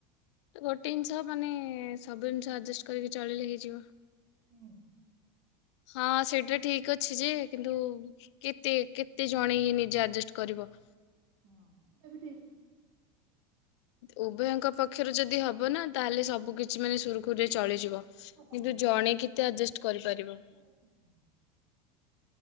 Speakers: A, on the left (about 70°); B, on the right (about 65°).
A: ଗୋଟେ ଜିନିଷ ମାନେ ସବୁ ଜିନିଷ ଆଯେଷ୍ଟ କରିକି ଚଳିଲେ ହେଇଯିବ।
B: ହୁଁ।
A: ହଁ ସେଇଟା ଠିକ ଅଛି ଯେ କିନ୍ତୁ କେତେ କେତେ ଜଣେ ଇଏ ନିଜେ ଆଯେଷ୍ଟ କରିବ।
B: ହଁ ସେଟା ବି ଠିକ।
A: ଉଭୟଙ୍କ ପକ୍ଷରୁ ଯଦି ହବ ନା ତାହେଲେ ସବୁ କିଛି ମାନେ ସୁରୁଖୁରୁରେ ଚଳିଯିବ। କିନ୍ତୁ
B: ହଁ ଏଇଟା
A: ଜଣେ କେତେ ଆଯେଷ୍ଟ କରିପାରିବ।
B: <inaudible>